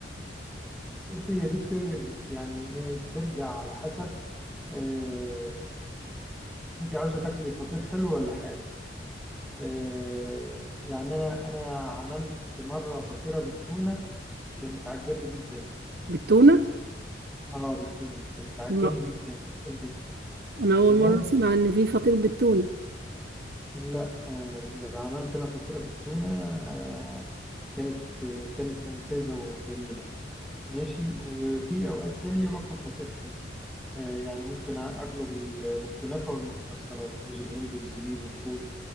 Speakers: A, in the centre; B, on the right.
A: بص هي دي بترجع بت- يعني ايه بترجع على حسب آه انت عاوزه تاكلي فطير حلو ولا حادق آه يعني انا انا عملت مره فطيره بالتونه كانت عجباني جدا
B: بالتونة
A: اه بالتونه كانت عجباني
B: لا
A: جدا جدا جدا
B: انا اول
A: تمام
B: مرة اسمع ان في فطير بالتونة
A: لا آه، عملت انا فطيره بالتونه آه، كانت آه، كانت ممتازه وجميله ماشي وفي اوقات تانية باكل فطير حلو آه، يعني ممكن اقلب بال- بالكنافه والمكسرات جوز الهند والزبيب والفول